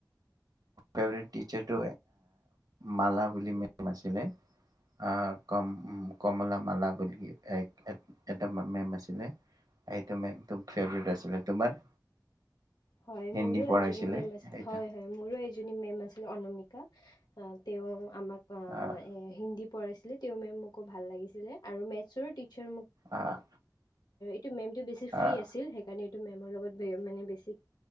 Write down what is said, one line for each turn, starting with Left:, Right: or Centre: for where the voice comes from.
Right: ফেভৰেট টিচাৰটো মালা বুলি মেম আছিলে অহ কমলা মালা বুলি এটা মেম আছিলে সেইটো মেম ফেভট আছিল তোমাৰ?
Left: হয়
Right: হিন্দী
Left: মোৰো
Right: পঢ়াইছিলে
Left: এজনি মেম আছিল
Right: সেইটো
Left: হয় হয় মোৰো এজনি এজনী মেম আছিলে অনমিকা তেওঁ আমাক, অ
Right: আহ
Left: এ হিন্দী পঢ়াইচিলে তেওঁ মেমোকো ভাল লাগিছিলে আৰু মেটচৰ টিচাৰ,
Right: আহ
Left: <unintelligible> এইটো মেমটো বেছি ফ্ৰী
Right: আহ
Left: আছিল সেইকাৰণে এইটো মেমৰ লগত বে মানে বেছি